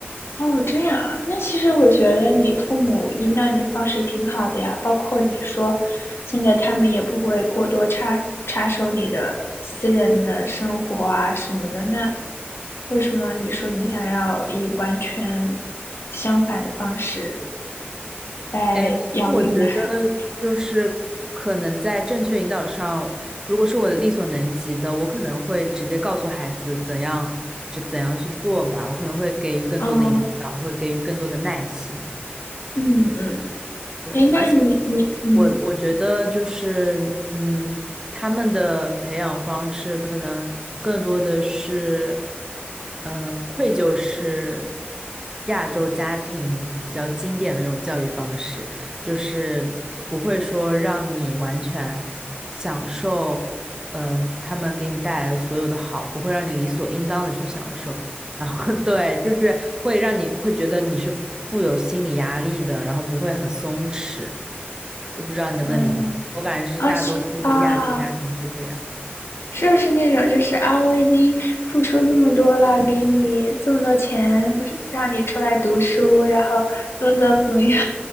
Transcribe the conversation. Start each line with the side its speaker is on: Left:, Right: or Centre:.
Left: 哦，这样啊。那其实我觉得你父母引导你的方式挺好的呀，包括你说现在他们也不会过多插插手你的私人的生活啊什么的。那为什么你说你想要以完全相反的方式？来养育你的孩子。
Right: 哎，因为我觉得就是可能在正确引导上，如果是我力所能及的，我可能会直接告诉孩子怎样怎怎样去做吧，我可能会给予更多的引导，
Left: 嗯
Right: 会给予更多的耐心。
Left: 嗯嗯，
Right: 对，
Left: 诶，那你你嗯
Right: 而且我我觉得就是，嗯，他们的培养方式可能更多的是，嗯、愧疚式亚洲家庭比较经典的那种教育方式，就是不会说让你完全享受，嗯、他们给你带来的所有的好，不会让你理所应当的去享受。然后 <laughs> 对，就是会让你会觉得你是富有心理压力的，然后不会很松弛，就不知道你能不能理解。
Left: 哦
Right: 我感觉这是大多数的亚洲家庭会这样。
Left: 啊是啊，是不是那种就是啊，我已经付出这么多了，给你这么多钱，让你出来读书，然后怎么怎么怎么样？